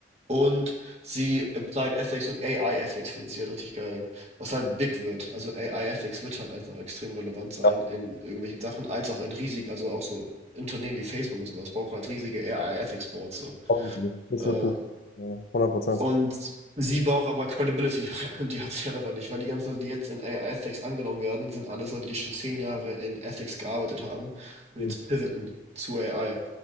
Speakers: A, on the right; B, on the left.
A: Und sie Applied Ethics und AI Ethics findet sie halt richtig geil, was halt big wird. Also AI Ethics wird halt einfach extrem relevant sein
B: Ja,
A: in irgendwelchen Sachen, als auch in riesigen, also auch so Unternehmen wie Facebook und sowas, brauchen halt riesige AI Ethics Boards so.
B: obviously. Das
A: Äh,
B: wird gut. Ja, 100 Prozent.
A: und sie braucht aber Credibility. <laughs> Und die hat sie halt einfach nicht, weil die ganzen Leute, die jetzt in AI Ethics angenommen werden, sind alles Leute, die schon zehn Jahre in Ethics gearbeitet haben und
B: Mhm.
A: jetzt pivoten zu AI,